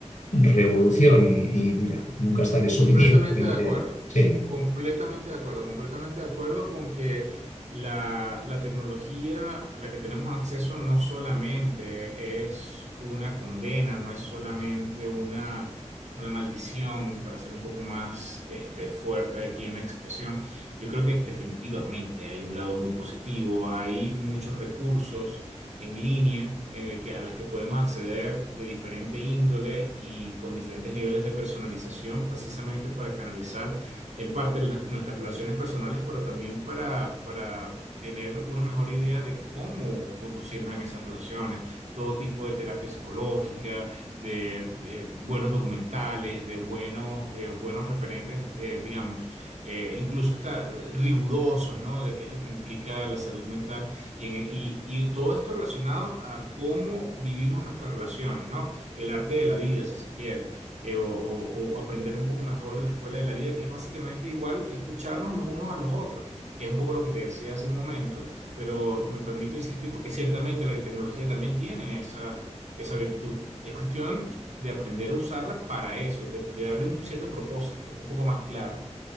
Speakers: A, on the left; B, on the right.
A: revolución y, y, mira, nunca estaré suficientemente.
B: Completamente de acuerdo,
A: Sí.
B: completamente de acuerdo, completamente de acuerdo con que la, la tecnología a la que tenemos acceso no solamente es una condena, no es solamente una, una maldición, para ser un poco más este, fuerte aquí en la expresión. Yo creo que definitivamente hay un lado muy positivo, hay muchos recursos en línea eh, que- a las que podemos acceder de diferente índole y con diferentes niveles de personalización, precisamente para canalizar en parte las- nuestras relaciones personales, pero también para, para tener una mejor idea de cómo conducirnos en esas relaciones, todo tipo de terapia psicológica, de eh, buenos documentales, de buenos, eh, buenos referentes, eh, digamos, eh, incluso hasta rigurosos, ¿no? De qué es lo que implica la salud mental y, en- y- y todo esto relacionado a cómo vivimos nuestras relaciones, ¿no? El arte de la vida, si se quiere, eh, o, o- o aprender un poco mejor de la escuela de la vida, que es básicamente igual escucharnos los unos a los otros, que es un poco lo que te decía hace un momento, pero me permito insistir porque ciertamente la tecnología también tiene esa, esa virtud. Es cuestión de aprender a usarla para eso, de, de darle un cierto propósito, un poco más claro.